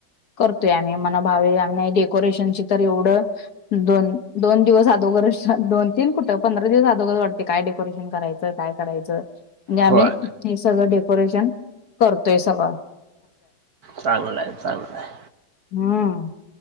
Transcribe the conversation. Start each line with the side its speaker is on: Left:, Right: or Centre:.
Left: करतोय आम्ही मणा भावे आम्ही डेकोरेशनची तर एवढं दोन दोन दिवस अदोगर दोन तीन कुठं पंधरा दिवस अदोगर वाटत काय डेकोरेशन करायच. आता काय करायचं. म्हणजे आम्ही
Right: होय
Left: हे सगळं डेको कोरेशन करतोय सगळ.
Right: चांगलंय. चांगलंय.
Left: हम्म.